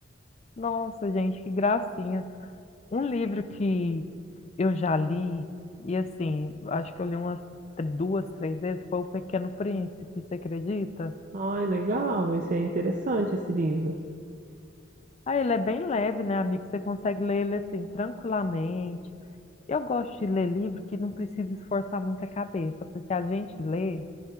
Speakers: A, on the left (about 35°); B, on the right (about 40°).
A: Nossa, gente, que gracinha. Um livro que eu já li, e assim, acho que eu li umas duas, três vezes, foi O Pequeno Príncipe, você acredita?
B: Ai, legal, esse é interessante esse livro.
A: Ah, ele é bem leve, né, amigo? Você consegue ler ele assim, tranquilamente. Eu gosto de ler livro que não precisa esforçar muito a cabeça, porque a gente lê